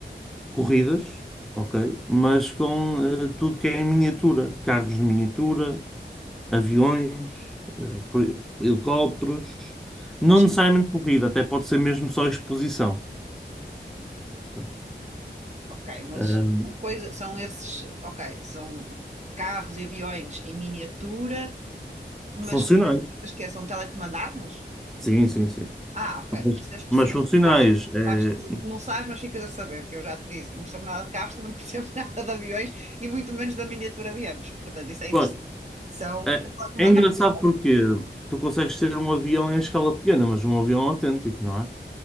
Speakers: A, in the centre; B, on the right.
A: corridas, ok? Mas com eh, tudo que é em miniatura. Carros de miniatura, aviões, eh, por- helicópteros. Não
B: Mas,
A: necessariamente corrida, até pode ser mesmo só exposição. sabes?
B: ok, mas
A: Ahm,
B: são coisa, são esses, ok, são carros e aviões em miniatura, mas,
A: funcionais.
B: mas que é, são telecomandados?
A: Sim, sim, sim.
B: Ah, ok,
A: Mas,
B: tens que ser específico.
A: mas funcionais.
B: Sabes,
A: É,
B: sabes que não sabes, mas ficas a saber, que eu já te disse que não percebo nada de carros, também não percebo <laughs> nada de aviões e muito menos da miniatura de ambos. Portanto, isso é interessante.
A: Claro,
B: São
A: é,
B: telecomandados.
A: é engraçado porque tu consegues ter um avião em escala pequena, mas um avião autêntico, não é?